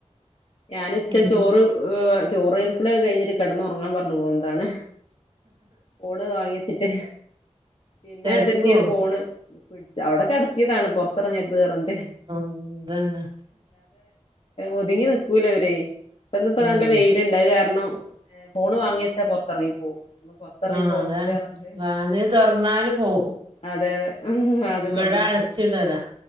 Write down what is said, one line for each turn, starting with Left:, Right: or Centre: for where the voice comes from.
Left: ഞാൻ <unintelligible>
Right: ഉം
Left: ചോറ് <unintelligible> കയ്ഞ്ഞിട്ട് കെടന്നൊറങ്ങാൻ പറഞ്ഞ് പോന്നതാണ് ഫോണ് വാങ്ങിവെച്ചിട്ട് പിന്നെ
Right: കെടക്കോ
Left: തന്നെണ് ഫോണ് പിടിച്ച അവടെ കെടത്യേതാണ് പൊർ <unintelligible>
Right: മ് ത് ന്നെ
Left: ഒത്ങ്ങി നിക് ക്കൂലവര് പ്പന്ന് പ്പ
Right: ഉം
Left: നല്ലവെയ്ല്ണ്ട് അഹ് കാരണം ഫോണ് വാങ്ങിവെച്ചാ പൊർതർങ്ങി പോവും അപ്പൊ പോർത്തറങ്ങി
Right: ആഹ്
Left: പോവരുത്
Right: അതാണ്
Left: പറഞ്ഞ്ങ്ങാണ്ട്
Right: വാതില് തൊറന്നാല് പോവും
Left: അതെ അതെ വാതിൽ
Right: ഇവടെ
Left: തോർന്നാ
Right: അടച്ചിടലാ
Left: പോവും